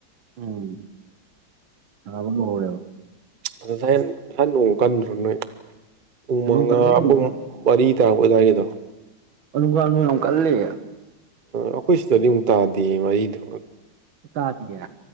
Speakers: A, on the right; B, on the right.
A: ꯎꯝ ꯁꯥꯕ ꯍꯧꯍꯧꯔꯦꯕꯥ
B: ꯑ ꯉꯁꯥꯏ ꯉꯁꯥꯏ ꯅꯣꯡ ꯀꯟꯗ꯭ꯔꯣ ꯅꯣꯏ ꯄꯨꯡ ꯃꯉꯥ
A: ꯅꯣꯡ ꯀꯜꯂꯦ
B: ꯄꯨꯡ ꯃꯔꯤ ꯇꯔꯛꯄꯥ ꯑꯗꯥꯏꯒꯤꯗꯣ
A: ꯑꯗꯨꯝꯀꯥꯟꯗꯣ ꯌꯥꯝ ꯀꯜꯂꯦ
B: ꯑꯩꯈꯣꯏ ꯁꯤꯗꯗꯤ ꯑꯃꯨꯛ ꯇꯥꯗꯦ ꯃꯔꯤꯗꯣ
A: ꯇꯥꯗꯤꯌꯦ